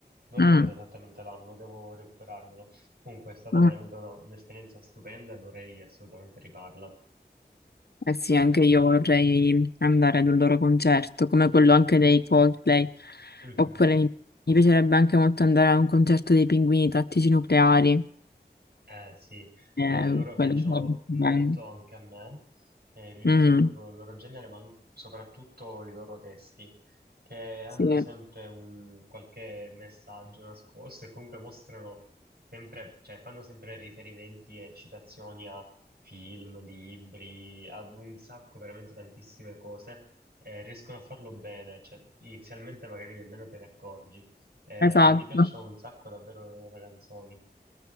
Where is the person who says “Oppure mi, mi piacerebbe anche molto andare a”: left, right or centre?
Left